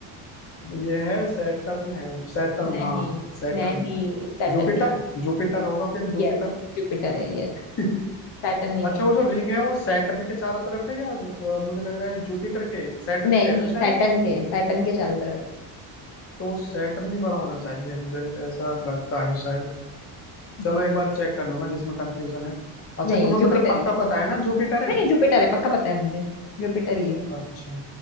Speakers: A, on the left (about 35°); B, on the left (about 70°).
A: ये है सैटर्न है सैटर्न
B: नहीं
A: हाँ सैटर्न
B: नहीं सैटर्न
A: जुपिटर
B: नहीं
A: जुपिटर होगा फिर जुपिटर
B: यस जुपिटर है यस
A: <laughs>
B: सैटर्न नहीं
A: अच्छा
B: है
A: वो जो रिंग है वो सैटर्न के चारों तरफ है या अ, मुझे लग रहा है जुपिटर के सैटर्न
B: नहीं
A: के है ना
B: सैटर्न
A: शायद
B: के सैटर्न के चारों तरफ
A: तो सैटर्न ही बड़ा होना चाहिए मुझे ऐसा लगता है शायद
B: है
A: चलो एक बार चेक कर लूंगा जिसमें कंफ्यूजन है अच्छा
B: नहीं
A: तुम्हें
B: जुपिटर
A: मतलब पक्का
B: ही है।
A: पता है ना जुपिटर
B: नहीं
A: है
B: जुपिटर है पक्का पता है मुझे जुपिटर ही है
A: अच्छा